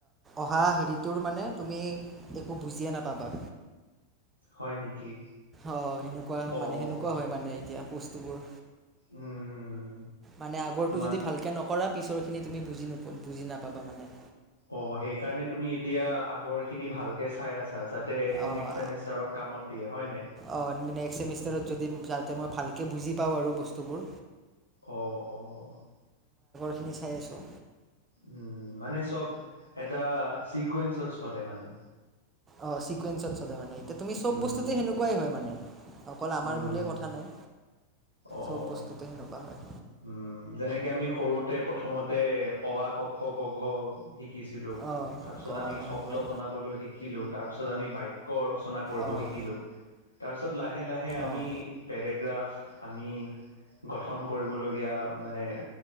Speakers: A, on the right (about 20°); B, on the left (about 80°).
A: অহা হেৰিটোৰ মানে তুমি একো বুজিয়ে নাপাবা।
B: হয় নেকি?
A: অ সেনেকুৱা
B: অ'
A: মানে, সেনেকুৱা হয় মানে এতিয়া। বস্তুবোৰ
B: উম,
A: মানে আগৰটো
B: মান
A: যদি ভালকে নকৰা পিছৰখিনি তুমি বুজি ন বুজি নাপাবা মানে
B: অ সেইকাৰণে তুমি এতিয়া আগৰ খিনি ভালকে চাই আছা। যাতে
A: অ',
B: নেক্সট ছেমিষ্টাৰ কামত দিয়ে হয় নাই।
A: অ', নেক্সট ছেমিষ্টাৰত যদি যাতে মই ভালকৈ বুজি পাওঁ আৰু বস্তুবোৰ
B: অঁ অঁ
A: খিনি চাই আছোঁ।
B: উম মানে চব এটা চিকুৱেন্ঞ্চত চলে মানে
A: অ চিকুৱেঞ্চত চলে মানে এতিয়া তুমি চব
B: উম,
A: বস্তুতে সেনেকুৱাই হয় মানে অকল আমাৰ
B: উম,
A: বুলিয়ে কথা নাই
B: অ'।
A: চব বস্তুতে সেনেকুৱা হয়।
B: উম, যেনেকে আমি সৰুতে প্ৰথমতে অ আ ক খ ক খ গ শিকিছিলোঁ
A: অঁ
B: তাৰপিছত
A: ক
B: আমি
A: সেনেকুৱাই
B: শব্দ বনাবলৈ শিকিলোঁ তাৰপিছত আমি বাইক ৰচনা কৰিব
A: অঁ
B: শিকিলো তাৰপিছত লাহে লাহে লাহে আমি
A: অঁ
B: পেৰেগ্ৰাফ আমি গঠন কৰিবলগীয়া মানে